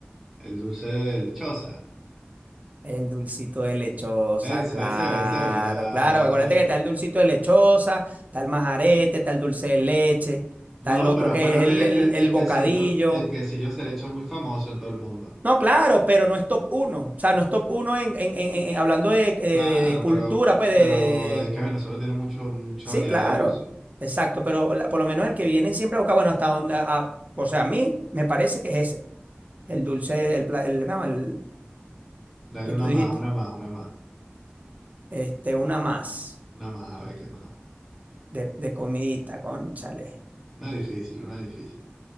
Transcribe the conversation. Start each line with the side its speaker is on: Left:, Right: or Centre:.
Centre: El dulce de lechosa.
Right: El dulcito de lechosa,
Centre: Ese,
Right: claro,
Centre: ese, ese. Ah.
Right: claro. Acuérdate que está el dulcito de lechosa, está el majarete, está el dulce de leche, está
Centre: No,
Right: el otro
Centre: pero acuérdate
Right: que es el,
Centre: que el,
Right: el-
Centre: que
Right: el
Centre: el
Right: bocadillo.
Centre: quesillo, el quesillo se ha hecho muy famoso en todo el mundo.
Right: No, claro, pero no es top uno. O sea, no es top uno en, en- en- en- hablando de, de- de-
Centre: Claro,
Right: de cultura,
Centre: pero,
Right: pues de,
Centre: pero
Right: de- de-
Centre: es que Venezuela tiene mucho, mucha
Right: Sí,
Centre: variedad
Right: claro,
Centre: de dulce.
Right: exacto, pero la- por lo menos el que vienen siempre a buscar, bueno, hasta donde... a- o sea, a mí me parece que es ese, el dulce, el, pla- el, ¿cómo se llama? el
Centre: Dale
Right: que
Centre: una
Right: tú dijiste,
Centre: más, una más, una más.
Right: este, una más.
Centre: Una más, a ver qué más.
Right: De, de comidita, cónchale.
Centre: Una difícil, una difícil.